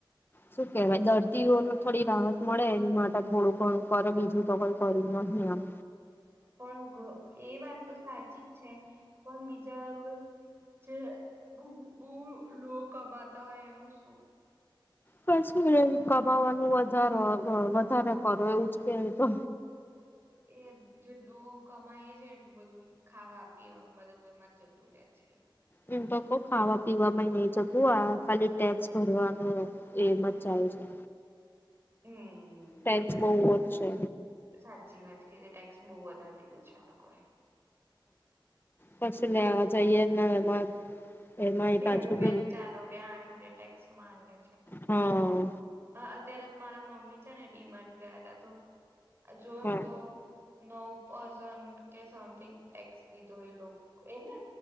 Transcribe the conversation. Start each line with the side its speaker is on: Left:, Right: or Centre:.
Left: શું કેહેવાય દર્દીઓને થોડી રાહત મળે એ માટે થોડું ઘણું કરે બીજું તો કોઈ કર્યું નહી એમ.
Right: પણ અ એ વાત તો સાચી જ છે પણ બીજ <unintelligible> જે બૂ લો લો કમાતા હોય એનું શું.
Left: કશી કમાવાનું વધાર વધારે કરો એવું જ કેયે એતો.
Right: એજ ને. જેટલું કમાય છે એટલું બધું. ખાવા પીવાનું બધમાં <unintelligible> જતું રે છે.
Left: <unintelligible> તો ખાવા પીવા નહી જકું આ ખાલી ટેક્સ ભરવાનું એમ જ જાય છે.
Right: હમ
Left: ટેસ્ટ બહ છે.
Right: સાચી વાત કધી ટેક્સ બહુ વધારિ દીધો છે આ લોકોએ.
Left: હ પસી લેવા જઈ એ ના એમાં. એમાં
Right: બે
Left: પાછું
Right: રૂપિયાને ચાર રૂપિયા આઠ રૂપિયા ટક. માંગે. છે
Left: હા
Right: અત્યારે મારા મમ્મી છે ને ડીમાં જ ગયા હતા તો. આ જોયે
Left: હા
Right: ને તો નવ. પસન કે સમથિંગ ટેક્સ લીધો એ લોકો એને